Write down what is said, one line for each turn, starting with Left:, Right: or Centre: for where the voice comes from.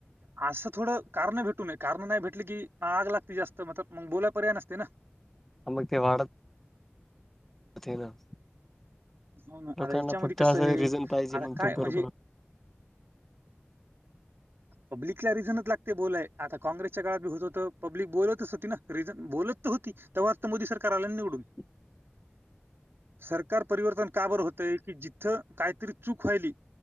Right: असं थोडं कारण भेटू नय कारण नाही भेटली की आग लागते जास्त म मग बोलाय पर्याय नसते ना.
Centre: मग ते वाढत. जाते ना.
Right: हो ना
Centre: लोकांना
Right: आता याच्यामध्ये
Centre: फक्त
Right: कसं
Centre: असं
Right: आहे
Centre: रिझन पाहिजे
Right: आता
Centre: मग
Right: काय
Centre: ते
Right: म्हणजे.
Centre: बरोबर
Right: पब्लिकला रिझनच लागते बोलायाला आता काँग्रेसच्या काळात बी होत होतं पब्लिक बोलतच होती ना रिझन बोलत. होती तवा आता मोदी सरकार आल ना निवडून.
Centre: <inaudible>
Right: सरकार परिवर्तन का बर होतंय? कि जिथं काहीतरी चूक व्हाली